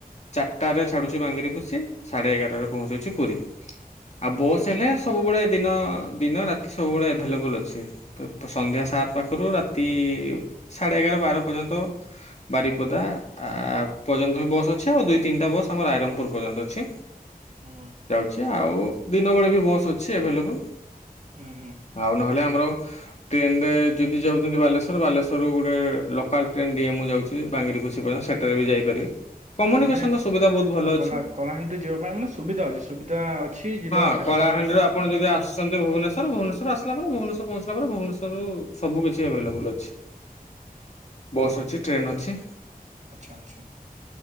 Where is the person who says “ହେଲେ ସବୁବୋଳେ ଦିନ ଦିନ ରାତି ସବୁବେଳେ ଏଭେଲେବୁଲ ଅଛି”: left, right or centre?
Left